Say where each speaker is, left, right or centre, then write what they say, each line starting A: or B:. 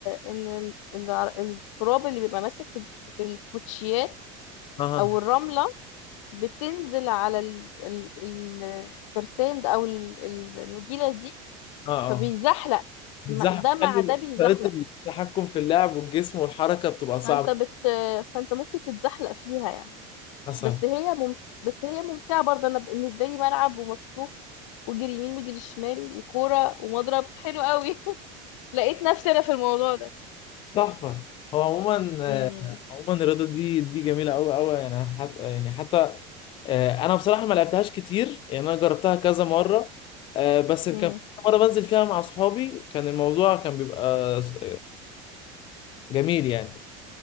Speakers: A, on the left; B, on the left.
A: ان ال- التراب اللي بيبقى ماسك في في الكوتشيات
B: اها
A: او الرملة بتنزل على ال- ال- ال- الترتان ده او ال- ال- النجيلة دي
B: اه اه
A: فبيزحلق
B: بتزحف
A: م- ده مع
B: تخلي
A: ده بيزحلق
B: طريقة التحكم في اللعب والجسم والحركة بتبقى صعبة
A: فانت بت فانت ممكن تتزحلق فيها يعني
B: حصل
A: بس هي مم... بس هي ممتعة برضه انا بالنسبة لي ملعب ومفتوح وجري يمين وجري شمال وكورة ومضرب حلو قوي <laughs> لقيت نفسي انا في الموضوع ده
B: تحفة هو عموما آه،
A: امم
B: عموما الرياضة دي دي جميلة أوي أوي يعني حتى يعني حتى آه، انا بصراحه ما لعبتهاش كتير يعني انا جربتها كذا مره آه، بس كان
A: امم
B: في مره بنزل فيها مع اصحابي كان الموضوع كان بيبقى س- جميل يعني